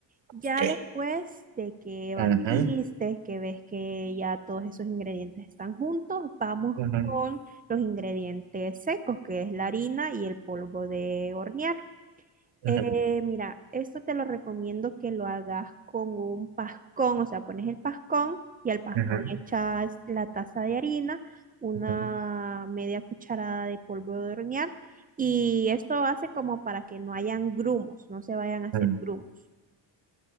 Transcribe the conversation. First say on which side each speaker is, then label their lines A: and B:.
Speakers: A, on the right; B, on the right.
A: Ya
B: Ok.
A: después de que batiste,
B: Ujú,
A: que ves que ya todos esos ingredientes están juntos, vamos
B: ujú,
A: con los ingredientes secos, que es la harina y el polvo de hornear.
B: ujú,
A: Eh, mira, esto te lo recomiendo que lo hagas con un pascón, o sea, pones el pascón y al pascón
B: ujú,
A: le echas la taza de harina, una
B: ujú,
A: media cucharada de polvo de hornear y esto hace como para que no hayan grumos, no se vayan a hacer
B: ujú.
A: grumos.